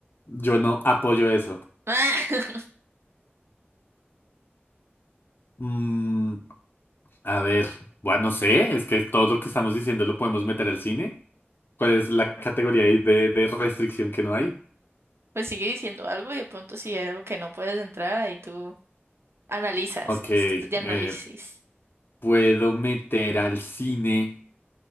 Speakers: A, on the left; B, on the right.
A: Yo no apoyo eso.
B: <laughs>
A: Mm, a ver, bueno, no sé, es que todo lo que estamos diciendo lo podemos meter al cine. ¿Cuál es la categoría ahí de, de restricción que no hay?
B: Pues sigue diciendo algo y de pronto si hay algo que no puedes entrar, ahí tú analizas.
A: Ok,
B: Es esto de análisis.
A: eh, ¿puedo meter al cine